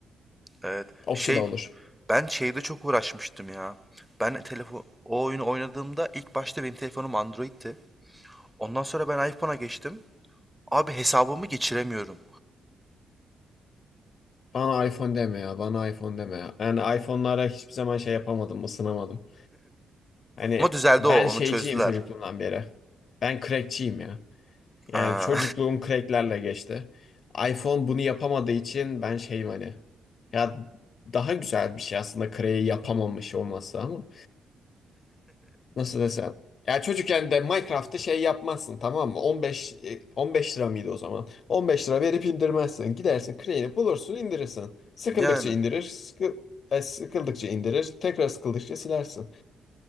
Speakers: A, in the centre; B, on the left.
A: evet.
B: Okçu
A: Şey,
B: da olur.
A: ben şeyde çok uğraşmıştım ya. Ben telefon o oyunu oynadığımda ilk başta benim telefonum Android'ti. Ondan sonra ben iPhone'a geçtim. Abi hesabımı geçiremiyorum.
B: Bana iPhone deme ya, bana iPhone deme ya. Yani iPhone'lara hiçbir zaman şey yapamadım, ısınamadım. Hani
A: Ama düzeldi
B: ben
A: o, onu
B: şeyciyim
A: çözdüler.
B: çocukluğumdan beri. Ben crackçiyim ya. Yani
A: Aa,
B: çocukluğum cracklerle geçti. iPhone bunu yapamadığı için ben şeyim hani. Ya daha güzel bir şey aslında crack'i yapamamış olması ama. Nasıl desem? Ya çocukken de Minecraft'ta şey yapmazsın tamam mı? 15 e, 15 lira mıydı o zaman? 15 lira verip indirmezsin. Gidersin Crane'i bulursun indirirsin. Sıkıldıkça
A: <laughs> yani.
B: indirir, sıkı, e, sıkıldıkça indirir, tekrar sıkıldıkça silersin.